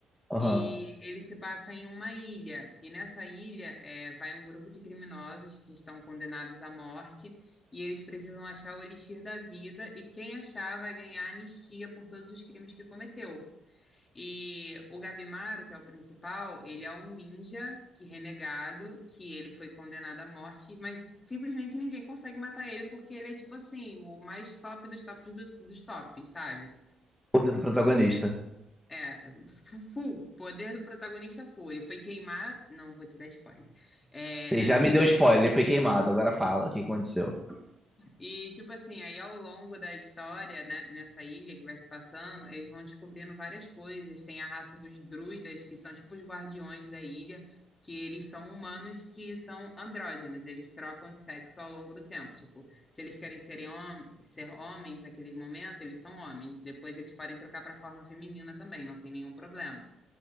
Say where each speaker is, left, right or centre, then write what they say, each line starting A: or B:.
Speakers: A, in the centre; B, on the left.
A: Aham.
B: E ele se passa em uma ilha, e nessa ilha é, vai um grupo de criminosos que estão condenados à morte, e eles precisam achar o elixir da vida, e quem achar vai ganhar anistia por todos os crimes que cometeu. E o Gabimaro, que é o principal, ele é um ninja que renegado, que ele foi condenado à morte, mas simplesmente ninguém consegue matar ele, porque ele é tipo assim, o mais top dos tops do- dos tops, sabe?
A: O dedo protagonista.
B: É, f- full, poder do protagonista full. Ele foi queimar, não vou te dar spoiler. É,
A: Ele já me deu spoiler, ele foi queimado. Agora fala o que aconteceu.
B: e tipo assim, aí ao longo da história, né, nessa ilha que vai se passando, eles vão descobrindo várias coisas. Tem a raça dos druidas, que são tipo os guardiões da ilha, que eles são humanos que são andrógenos, eles trocam de sexo ao longo do tempo. Tipo, se eles querem serem hom ser homens naquele momento, eles são homens. Depois eles podem trocar para a forma feminina também, não tem nenhum problema.